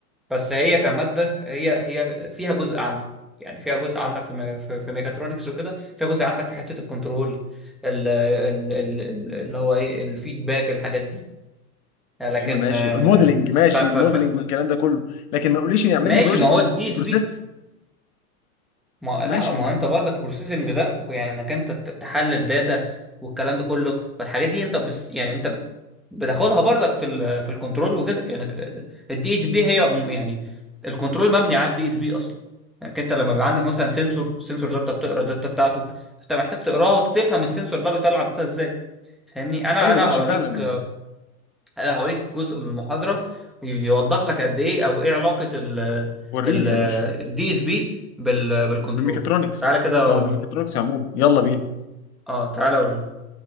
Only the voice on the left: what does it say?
يا عم ماشي
الموديلنج ماشي
الموديلنج
والكلام ده كله لكن ما تقوليش يعمل
لي بروجكت
بروسيس
ماشي
ما
تقول-
ايوه
ماشي
فعلا
وريني
يا باشا
بالميكاترونكس
او بالميكاترونكس عموما يلا بينا